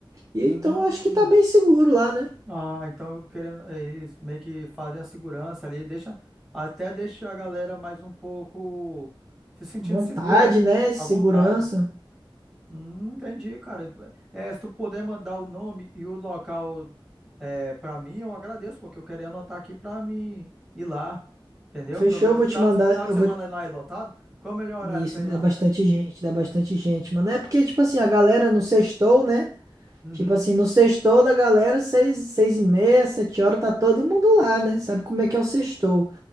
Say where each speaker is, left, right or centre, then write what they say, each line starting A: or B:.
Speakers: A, on the right; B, in the centre.
A: E
B: Hum,
A: então eu acho que tá bem seguro lá, né?
B: ah, então querendo, eh, eles meio que fazem a segurança ali, deixa, até deixa a galera mais um pouco se sentindo
A: Vontade,
B: segura, né?
A: né? Segurança.
B: À vontade. Hum, entendi, cara. É, se tu puder mandar o nome e o local é, para mim, eu agradeço, porque eu queria anotar aqui pra mim ir lá, entendeu?
A: Fechou,
B: Pra ver o
A: eu vou
B: final
A: te mandar.
B: de, final
A: Eu
B: de semana
A: vou.
B: lá é lotado, qual é o melhor horário
A: Isso,
B: pra ir
A: dá
B: lá?
A: bastante gente, dá bastante gente, mano. É porque, tipo assim, a galera no sextou, né?
B: Uhum,
A: Tipo assim, no sextou da galera, seis, seis e meia, sete horas, tá todo mundo lá, né? Sabe como é que é o sextou.